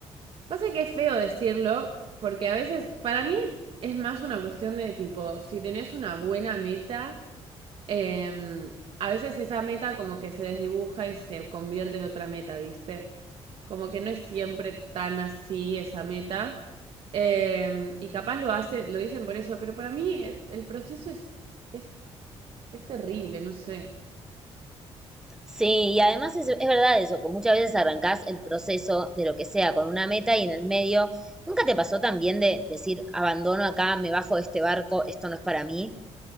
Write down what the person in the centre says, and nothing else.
Sí, y además es, es verdad eso, que muchas veces arrancás el proceso de lo que sea con una meta y en el medio, ¿nunca te pasó también de decir, abandono acá, me bajo de este barco, esto no es para mí?